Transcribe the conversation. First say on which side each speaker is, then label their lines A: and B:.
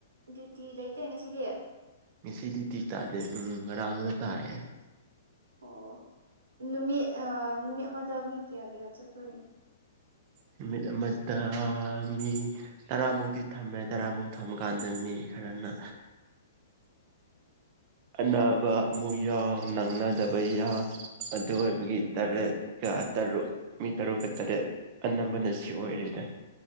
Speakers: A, on the right (about 85°); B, on the right (about 30°).
A: ꯗ꯭ꯌꯨꯇꯤ ꯂꯩꯇꯦ ꯉꯁꯤꯗꯤ
B: ꯉꯁꯤꯗꯤꯇꯤ ꯗ꯭ꯌꯨꯇꯤ ꯇꯥꯗꯦ ꯎꯝ ꯉꯥꯔꯥꯡꯗ ꯇꯥꯏꯌꯦ
A: ꯑꯣ ꯅꯨꯃꯤꯠ ꯅꯨꯃꯤꯠ ꯑꯃꯗ ꯃꯤ ꯀꯌꯥ ꯀꯌꯥ ꯆꯠꯄꯅꯦ
B: ꯅꯨꯃꯤꯠ ꯑꯃꯗ ꯃꯤ ꯇꯔꯥꯃꯨꯛ ꯊꯝꯃꯦ ꯇꯔꯥꯃꯨꯛ ꯊꯝꯃꯀꯥꯟꯗ ꯃꯤ ꯐꯖꯅ ꯑꯅꯥꯕ ꯑꯃꯨꯛ ꯌꯥꯎ ꯅꯪꯅꯗꯕ ꯌꯥꯎ ꯑꯗꯨ ꯑꯣꯏꯕꯒꯤ ꯇꯔꯦꯠ ꯇꯔꯨꯛ ꯃꯤ ꯇꯔꯨꯛꯀ ꯇꯔꯦꯠ ꯑꯅꯝꯕꯅ ꯁꯤ ꯑꯣꯏꯔꯦꯗ